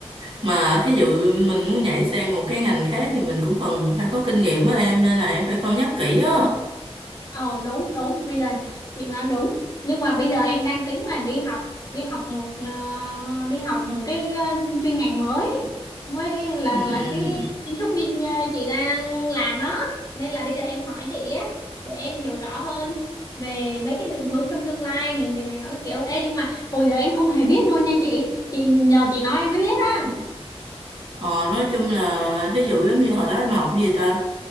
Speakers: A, on the right; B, on the left.
A: mà thí dụ mình muốn nhảy sang một cái ngành khác thì mình cũng cần phải có kinh nghiệm á em nên là em phải cân nhắc kỹ á
B: Ồ đúng đúng bây giờ chị nói đúng nhưng mà bây giờ em đang tính là đi học đi học một ờ, đi học một cái ờ, chuyên ngành mới với là
A: ừ.
B: là
A: ừ.
B: cái kiến trúc như ờ, chị đang làm đó nên là bây giờ em hỏi chị á để em hiểu rõ hơn về mấy cái định hướng trong tương lai nghề nghiệp này nó cái kiểu ê nhưng mà hồi giờ em không hề biết luôn nha chị chị nhờ chị nói em mới biết á
A: Ờ, nói chung là thí dụ giống như hồi đó em học gì ta